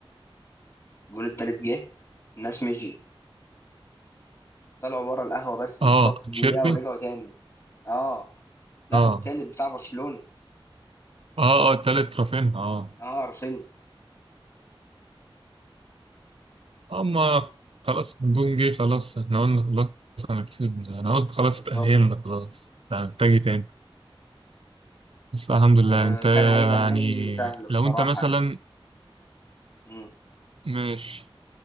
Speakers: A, on the left (about 30°); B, on the right (about 75°).
A: الجون التالت جه الناس مشيت طلعوا بره القهوه بس بالظبط
B: اه تشيربي
A: دقيقه ورجعوا تاني اه لا
B: اه
A: التالت بتاع برشلونه
B: اه اه تالت رافينها اه
A: اه رافينيا
B: اما خلاص نجوم جه خلاص احنا قلنا خلاص انا كسبنا انا قلت خلاص
A: بالظبط
B: اتأهلنا خلاص لا محتاج إيه تاني بس الحمد
A: وكان
B: لله انت يعني
A: هيبقى نهائي سهل بصراحه
B: لو انت مثلا
A: يعني مم.
B: مش